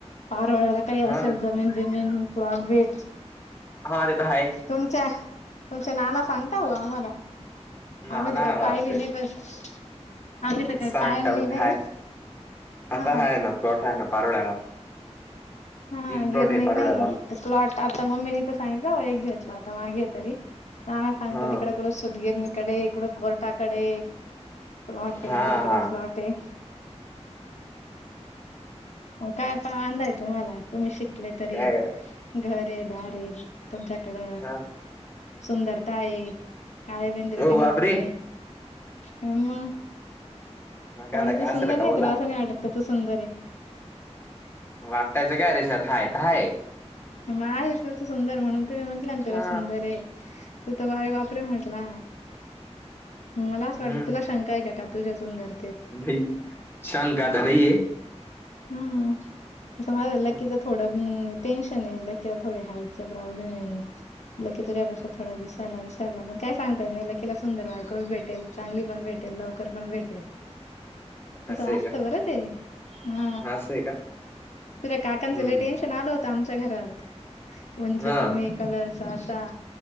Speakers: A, on the left; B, on the left.
A: पारोळ्याला काही
B: हां,
A: असेल जमीन बिमीन प्लॉट बिट
B: हा तिथं हाय
A: तुमच्या तुमच्या नाना सांगता हो आम्हांला
B: नाना
A: आम्ही तर काय
B: बापरे!
A: पाहिलील <inaudible> आम्ही तर
B: मी सांग
A: काय <inaudible>
B: म्हणते हाय आता
A: हा
B: <unintelligible>
A: हा
B: तीन प्लॉट
A: गिरणी
B: आहे पारोड्याला
A: नाही प्लॉट आता मम्मीनी तर सांगितलं एक घेतला आता मागे तरी हां सांगत
B: हा
A: तिकड कुठं सुत गिरणी कडे इकडं कोर्टाकडे फ्लाॅट
B: हा
A: हाय इकडे
B: हा
A: फ्लॉट आहे मग काय <inaudible> तुम्हांला तुम्ही शिकले तरी
B: काय-
A: घर हाय दारं हाय तुमच्याकडं
B: हा
A: सुंदरता आहे काळे बेंद्रे
B: हो
A: बी
B: बापरे
A: तुम्ही मग
B: मग काय
A: <inaudible>
B: आला काय
A: सुंदर
B: असलं का
A: नाही
B: बोला
A: तुला असं नाही वाटत का तू सुंदर हाय
B: वाटायचं काय रेशात हाय तर हाय
A: मग आहेस ना त सुंदर म्हणून तुम्ही म्हटलं ना तुला
B: हा
A: सुंदर हाय तू तर वारे बापरे म्हटला मला असं
B: हम्म
A: वाटलं तुला शंका आहे का का तुझ्या सुंदर
B: नाही शंका तर नाहीये
A: हम्म तसं
B: हम्म,
A: लकीच थोडं टेन्शन त्यानी लकीला थोडी हाईटचा प्रॉब्लेम हाय लकी तुझ्यापेक्षा थोडा दिसायला विसायला पण काय सांगता पण येत नाही लककीला सुंदर बायको भे त्याला चांगली पण भेटेल लवकर पण भेटेल तसं
B: असं आहे
A: असतं
B: का
A: बरं ते हा
B: असं आहे का
A: तुझ्या काकांचं
B: हम्म
A: लय टेन्शन आलं हो घरात उंची
B: हा
A: कमी कलर असा